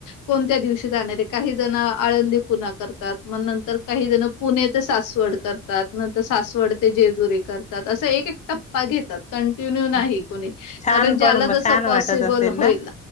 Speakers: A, on the left; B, on the left.
A: कोणत्या दिवशी जाणार आहे. काहीजण आळंदी पुणा करतात. मग नंतर काहीजण पुणे ते सासवड करतात. नंतर सासवड ते जेजुरी करतात. असं एक एक टप प्पा घेतात, कंटिन्यू नाही
B: अच्छा
A: कोणी.
B: छान
A: कारण ज्याला
B: पण
A: जसं
B: छान
A: पॉसिबल
B: वाटत असेल
A: होईल.
B: ना